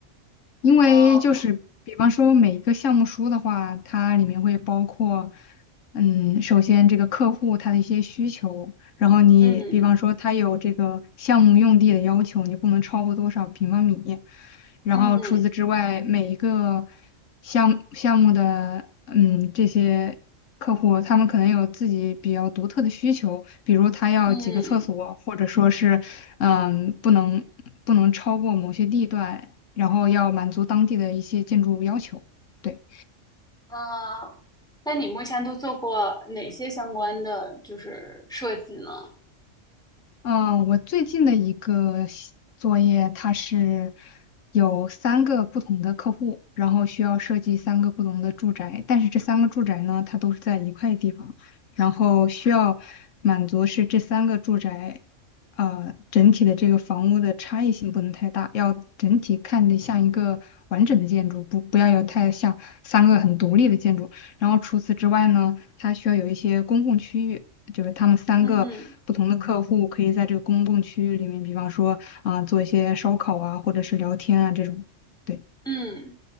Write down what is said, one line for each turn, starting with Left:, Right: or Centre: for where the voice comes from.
Left: 因为就是比方说每一个项目书的话，
Centre: 哦，
Left: 它里面会包括，嗯，首先这个客户他的一些需求，然后你比方说他有这个项目用地的要求，
Centre: 嗯。
Left: 你不能超过多少平方米，然后除此之外，
Centre: 嗯
Left: 每一个项项目的嗯这些客户，他们可能有自己比较独特的需求，比如他要几个厕所，
Centre: 嗯
Left: 或者说是嗯不能不能超过某些地段。然后要满足当地的一些建筑要求。对，
Centre: 啊，那你目前都做过哪些相关的就是设计呢？
Left: 嗯，我最近的一个西作业，它是有三个不同的客户，然后需要设计三个不同的住宅，但是这三个住宅呢，它都是在一块地方，然后需要满足是这三个住宅。呃，整体的这个房屋的差异性不能太大，要整体看着像一个完整的建筑，不不要有太像三个很独立的建筑。然后除此之外呢，它需要有一些公共区域，就是他们三个不同的客户可以在这个公共区域里面，
Centre: 嗯
Left: 比方说啊、做一些烧烤啊，或者是聊天啊这种。对
Centre: 嗯